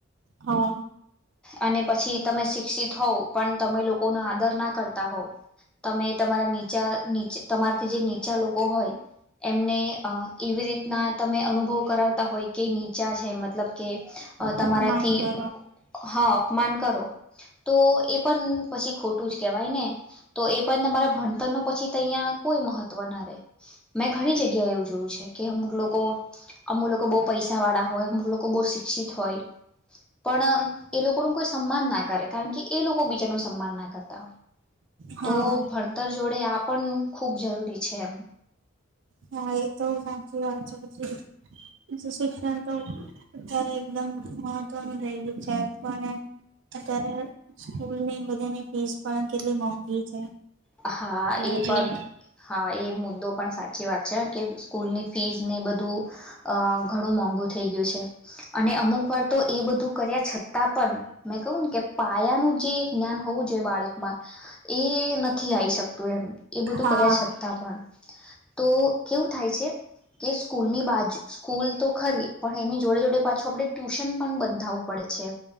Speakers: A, on the right; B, in the centre.
A: હા
B: અને પછી તમે શિક્ષિત હોવ પણ તમે લોકોનો આદર ના કરતા હોવ તમે તમારા નીચા ની તમારથી જે નીચા લોકો હોય એમને એવી રીતના તમે અનુભવ કરાવતા હોય કે નીચા છે મતલબ કે તમારાથી
A: અપમાન કરો
B: ઓફ અપમાન કરો તો એ પણ પછી ખોટું જ કહેવાય ને તો એ પણ તમારા ભણતર ન પછી અહીં કોઈ મહત્વ ના રહેે મેં ઘણી જગ્યા એવું જોયું છે કે અમુક લોકો અમુક લોકો બહુ પૈસા વાળા હોય અમુક લોકો બહુ શિક્ષિત હોય પણ એ લોકો ન કોઈ સન્માન ના કરે કારણ કે એ લોકો બીજાનું સન્માન ના કરતા હોય
A: હા
B: તો ભણતર જોડે આ પણ ખૂબ જરૂરી છે એમ
A: હા એ તો સાચી વાત છે પછી શિક્ષણ તો અત્યારે એકદમ મહત્વનું રઈ ગયું છે <unintelligible> સ્કૂલની બધાની ફીસ પણ કેટલી મોંગી છે
B: હા
A: જોવા
B: એ
A: જઈએ
B: પણ હા એ મુદ્દો પણ સાથે સાચી વાત છે કે સ્કૂલની ફીઝની બધું અ ઘણું મોંઘુ થઈ ગયું છે અને અમુક વાર તો એ બધું કર્યા છતાં પણ મેં કહું ને કે પાયાનું જે જ્ઞાન હોવું જોઈએ બાળકમાં એ નથી આવી શકતું એમ એ બધું
A: હા
B: કર્યા છતાં પણ તો કેવું થાય છે કે સ્કૂલની બાજુ સ્કૂલ તો ખરી પણ એની જોડે જોડે પાછું આપણે ટ્યુશન પણ બંધાવવું પડે છે